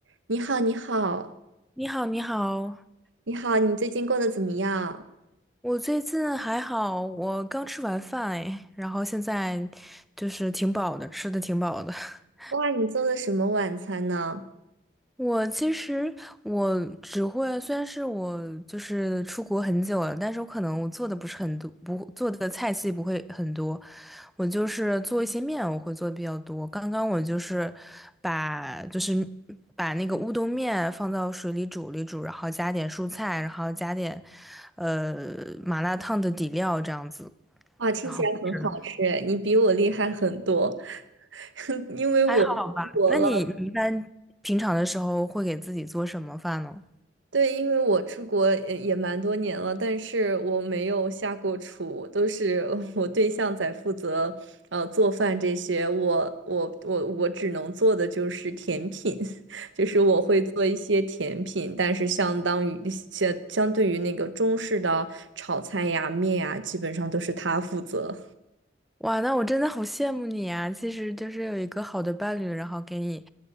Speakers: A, on the right; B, in the centre.
A: 你好，你好，
B: 你好，你好，
A: 你好，你最近过得怎么样？
B: 我最近还好，我刚吃完饭哎，然后现在就是挺饱的，吃的挺饱的。<laughs>
A: 哇，你做的什么晚餐呢？
B: 我其实我只会，虽然是我就是出国很久了，但是我可能我做的不是很多，不做的菜系不会很多，我就是做一些面，我会做的比较多。刚刚我就是把就是把那个乌冬面放到水里煮了一煮，然后加点蔬菜，然后加点呃麻辣烫的底料这样子，
A: 哇，听起来很好吃，
B: 然后是的
A: 你比我厉害很多，<laughs> 因为我出国了。
B: 还好吧？那你你一般平常的时候会给自己做什么饭呢？
A: 对，因为我出国也也蛮多年了，但是我没有下过厨，都是 <laughs> 我对象在负责，呃，做饭这些。我我我我只能做的就是甜品，<laughs> 就是我会做一些甜品，但是相当于相相对于那个中式的炒菜呀、面呀，基本上都是他负责。
B: 哇，那我真的好羡慕你啊！其实就是有一个好的伴侣，然后给你，